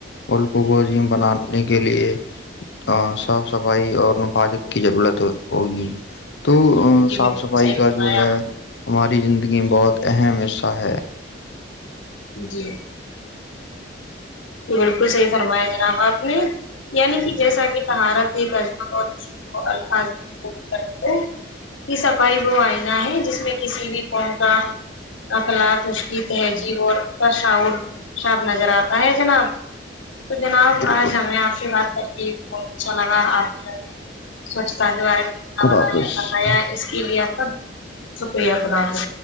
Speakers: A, on the left; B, on the left.
A: ملک کوم بنانے کے لیے ہاں صاف صفائی اور ن بجک کی ضرورت ہوگی تو
B: جی
A: صاف
B: بالکل
A: صفائی
B: صحیح
A: کا
B: فرمایا
A: جو ہے
B: آپ
A: ہماری زندگی میں بہت اہم حصہ ہے
B: جی یہ بالکل صحیح فرمایا جناب آپ نے یعنی کہ جیسا کہ تہارت ایک عم الفاظ کوول کرتے یہ صفائی وہ آئنا ہے جس میں کسی بھی قوم کا اقلاات اس کی تہذیب اور اس کا شاعور صاف نظر آتا ہے جناب تو جناب
A: بالکل
B: آج آؤے آپ سے بات کر کے بہت اچھا لگا آپ سوچھتا کے بارے میں ب
A: خدا حافظ
B: بتایا اس کے لیے آپ کا شکریہ خدا حافظ